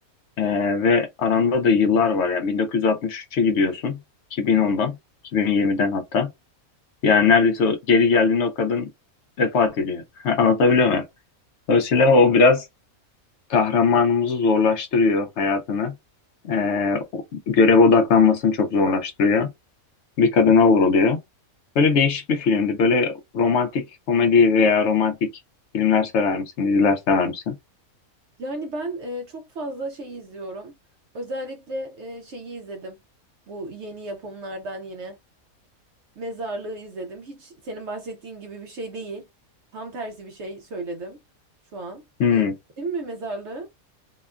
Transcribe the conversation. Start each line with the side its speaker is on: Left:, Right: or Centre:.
Left: Ee, ve aranda da yıllar var yani 1963'e gidiyorsun 2010'dan 2020'den hatta yani neredeyse o- geri geldiğinde o kadın vefat ediyor <laughs> anlatabiliyor muyum? Dolayısıyla o biraz kahramanımızı zorlaştırıyor hayatını Ee, o- görev odaklanmasını çok zorlaştırıyor bir kadına vuruluyor böyle değişik bir filmdi böyle romantik komedi veya romantik filmler sever misin diziler sever misin?
Right: Yani ben e, çok fazla şey izliyorum. Özellikle e, şeyi izledim. Bu yeni yapımlardan yine. Mezarlığı izledim. Hiç senin bahsettiğin gibi bir şey değil. Tam tersi bir şey söyledim şu an.
Left: Hmm.
Right: E, değil mi Mezarlığı?